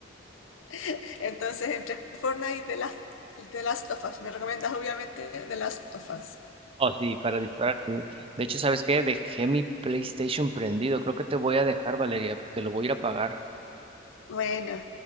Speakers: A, on the left (about 75°); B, on the right (about 30°).
A: <laughs> Entonces, entre Fortnite y The Last, y The Last of Us. Me recomiendas obviamente The Last of Us.
B: Oh, sí, para disparar. sí. De hecho, ¿sabes qué? Dejé mi PlayStation prendido. Creo que te voy a dejar, Valeria, porque lo voy a ir a apagar.
A: Bueno,